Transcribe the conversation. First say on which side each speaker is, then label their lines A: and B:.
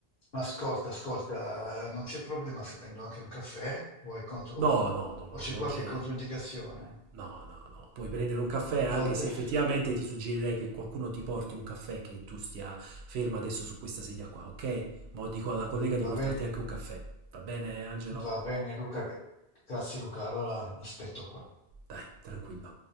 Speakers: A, on the left; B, on the right.
A: Ascolta, ascolta, non c'è problema se prendo anche un caffè? Vuoi contro...
B: No, no, no,
A: o
B: no,
A: c'è
B: non
A: qualche
B: c'è.
A: controindicazione?
B: No, no, no. Puoi prendere un caffè anche
A: Vabbè.
B: se effettivamente ti suggerirei che qualcuno ti porti un caffè che tu stia ferma adesso su questa sedia qua, ok? Ma dico alla collega di
A: Va
B: portarti
A: bene,
B: anche un caffè. Va bene, Angelo?
A: va bene Luca, grazie Luca, allora aspetto qua.
B: Dai, tranquillo.